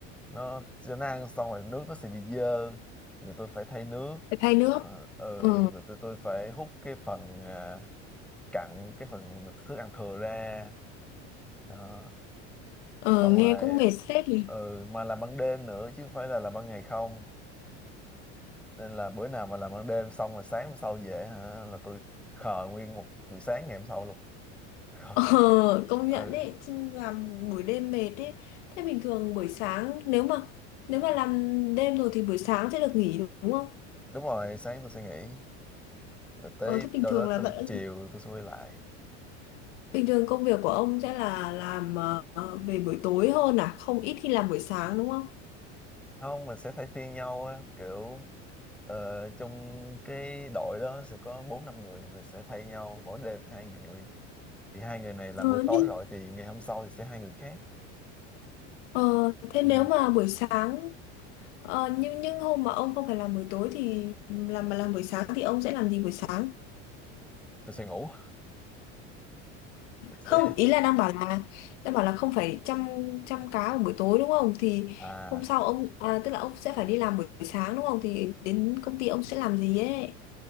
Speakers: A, in the centre; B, on the left (about 75°).
A: nó cho nó ăn xong rồi nước nó sẽ bị dơ thì tụi tôi phải thay nước
B: phải thay nước
A: Ờ, ừ
B: ừ.
A: rồi tụi tôi phải hút cái phần à, cặn cái phần thức ăn thừa ra đó
B: ừ.
A: xong
B: nghe
A: rồi
B: cũng mệt phết nhỉ
A: ừ mà làm ban đêm nữa chứ không phải là làm ban ngày không nên là bữa nào mà làm ban đêm xong rồi sáng hôm sau về hả là tôi khờ nguyên một buổi sáng ngày hôm sau luôn <laughs> khờ.
B: Ờ, công
A: ừ
B: nhận đấy, chứ làm buổi đêm mệt đấy. Thế bình thường buổi sáng nếu mà nếu mà làm đêm rồi thì buổi sáng sẽ được nghỉ đúng không?
A: đúng rồi sáng tôi sẽ nghỉ rồi tới
B: Ờ, thế bình
A: đâu
B: thường
A: đó
B: là
A: tầm
B: vẫn
A: chiều tôi sẽ quay lại
B: bình thường công việc của ông sẽ là làm ờ, ờ, về buổi tối hơn à, không ít khi làm buổi sáng đúng không?
A: không mình sẽ thay phiên nhau á kiểu ờ, trong cái đội đó sẽ có bốn năm người mình sẽ thay nhau mỗi đêm hai người thì hai người này làm
B: Ờ,
A: buổi tối
B: nhưng
A: rồi thì ngày hôm sau thì sẽ hai người khác
B: ờ, thế
A: ừ.
B: nếu mà buổi sáng ờ, nhưng nhưng hôm mà ông không phải làm buổi tối thì làm mà làm buổi sáng thì ông sẽ làm gì buổi sáng?
A: tôi sẽ ngủ <laughs> Tôi sẽ
B: không ý là đang bảo là đang bảo là không phải chăm chăm cá vào buổi tối đúng không thì
A: à
B: hôm sau ông à, tức là ông sẽ phải đi làm buổi sáng đúng không thì đến công ty ông sẽ làm gì ấy